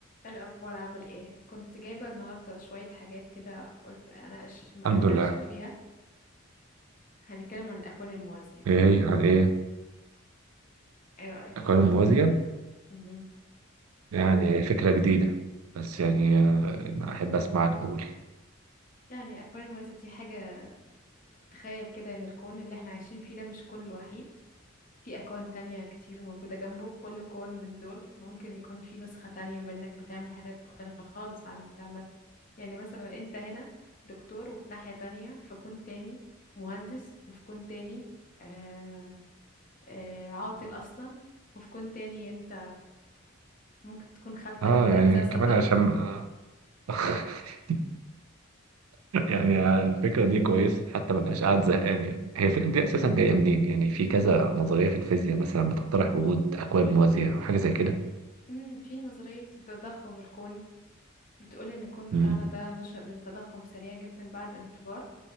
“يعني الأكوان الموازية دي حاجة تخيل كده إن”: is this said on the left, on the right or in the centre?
Left